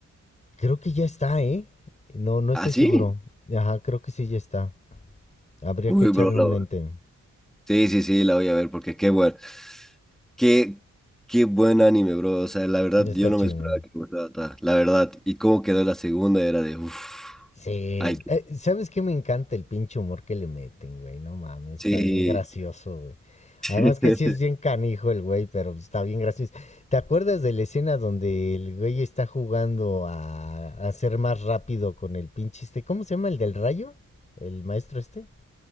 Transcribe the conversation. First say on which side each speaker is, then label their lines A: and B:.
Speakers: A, on the left; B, in the centre.
A: Creo que ya está, ¿eh? No, no estoy
B: ¿Ah, sí?
A: seguro. Ajá, creo que sí ya está. Habría
B: Uy,
A: que echarle
B: bro,
A: un
B: la-
A: lente.
B: sí, sí, sí, la voy a ver porque qué bueno. Qué, qué buen anime, bro. O sea, la verdad,
A: Ya
B: yo
A: está
B: no
A: chido,
B: me esperaba que me gustara ta- La verdad. Y cómo quedó la segunda era de uff.
A: Sí,
B: Ay,
A: eh, ¿sabes qué me encanta el pinche humor que le meten, güey? No mames,
B: sí.
A: está bien gracioso, güey.
B: <laughs>
A: Además que sí es bien canijo el güey, pero está bien gracioso. ¿Te acuerdas de la escena donde el güey está jugando a, a ser más rápido con el pinche este? ¿Cómo se llama? ¿El del rayo? ¿El maestro este?